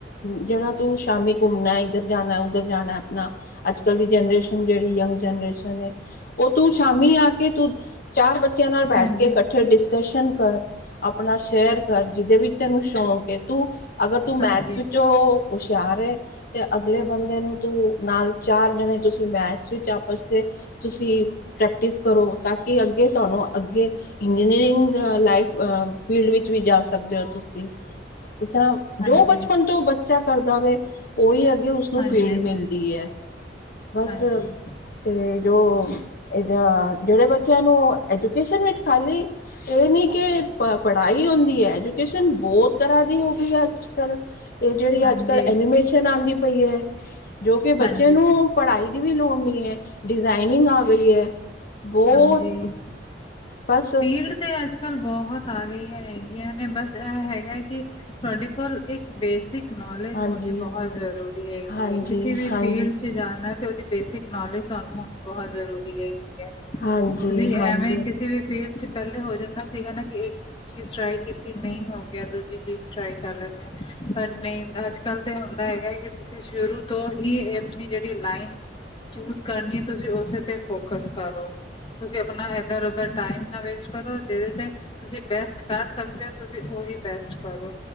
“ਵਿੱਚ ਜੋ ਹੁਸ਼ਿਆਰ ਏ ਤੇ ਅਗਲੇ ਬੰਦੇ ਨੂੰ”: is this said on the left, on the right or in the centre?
Left